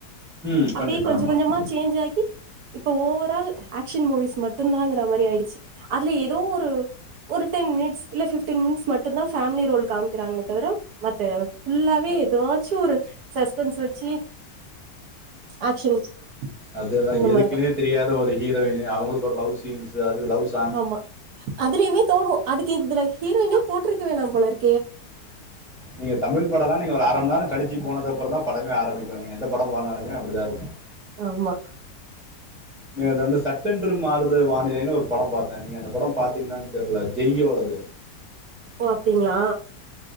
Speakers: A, in the centre; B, on the right (about 70°).
A: ம் கண்டிப்பா
B: அப்டி கொஞ்சு
A: ஆமா
B: கொஞ்சமா சேஞ்சாகி இப்போ ஓவரால் ஆக்ஷன் மூவிஸ் மட்டுந்தாங்குற மாரி ஆய்டுச்சு அதுல எதோ ஒரு ஒரு டென் மினிட்ஸ் இல்ல ஃபிப்டீன் மினிட்ஸ் மட்டுந்தா ஃபேம்லி ரோல் காமிக்குறாங்ளே தவிர மத்த ஃபுல்லாவே எதாச்சு ஒரு சஸ்பென்ஸ் வச்சு ஆக்ஷன்ஸ்
A: அதுதான்
B: அந்த
A: எதுக்குன்னே
B: மாரிதா
A: தெரியாத ஒரு ஹீரோயினு அவுங்குளுக் ஒரு லவ் சீன்ஸு அது லவ்ஸ்
B: ஆமா அதுலயுமே தோனு அதுக்கு இதுல ஹீரோயினே போட்ருக்க வேணா போல இரு
A: நீங்க தமிழ் படலா நீங்க ஒரு அரம் நேரோ கழிச்சி போனது அப்புறந்தா படமே ஆரமிக்கு நீங் எந்த படோ போனாலுமே அப்டிதா இருக்கு
B: ஆமா
A: நேத்து வந்து சட்டென்று மாறுதே வானிலைன்னு ஒரு படோ பாத்த நீங்க அந்த படோ பாத்தீங்குளான் தெர்ல ஜெய்யோடது
B: ஓ அப்டிங்ளா